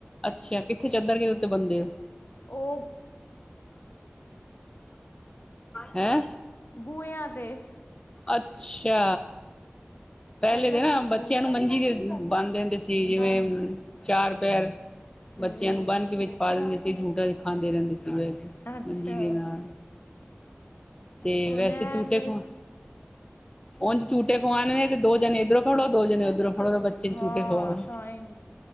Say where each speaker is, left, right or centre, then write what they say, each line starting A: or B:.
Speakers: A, on the left; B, on the left.
A: ਅੱਛਾ, ਕਿੱਥੇ ਚਾਦਰ ਕਿ ਉਤੇ ਬੰਦੇ ਹੋ।
B: ਉਹ
A: ਹੈਂ
B: ਬੂਹਿਆਂ ਤੇ
A: ਅੱਛਾ, ਪਹਿਲੇ
B: ਕਹਿੰਦਾ
A: ਦੇ
B: ਝੁੱਲ
A: ਨਾ ਬੱਚਿਆਂ ਨੂੰ ਮੰਜੀ ਦੇ ਬਣਦੇ ਸੀ ਜਿਵੇਂ,
B: ਬੰਨ
A: ਚਾਰ ਪੈਰ
B: ਹੂੰ
A: ਬੱਚਿਆਂ ਨੂੰ ਬੰਨ ਕੇ ਵਿੱਚ ਪਾ ਦਿੰਦੇ ਸੀ, ਝੂਟਾ ਖਾਂਦੇ ਰਹਿੰਦੇ ਸੀ, ਵੀ
B: ਅੱਛਾ
A: ਮੰਜੀ ਦੇ ਨਾਲ ਤੇ
B: ਉਹਨੇ
A: ਵੈਸੇ ਝੂਟੇ
B: ਨੇ
A: ਖਾ ਉਝ ਝੂਟੇ ਕਮਾਨ ਨੇ ਤੇ ਦੋ ਜਣੇ ਇੱਧਰੋਂ ਫੜੋ ਦੋ ਜਣੇ ਉੱਧਰੋਂ ੜੋ ਬੱਚੇ
B: ਹਾਂ
A: ਝੂਟੇ ਖਵਾਓ,
B: ਤਾਂ ਹੀ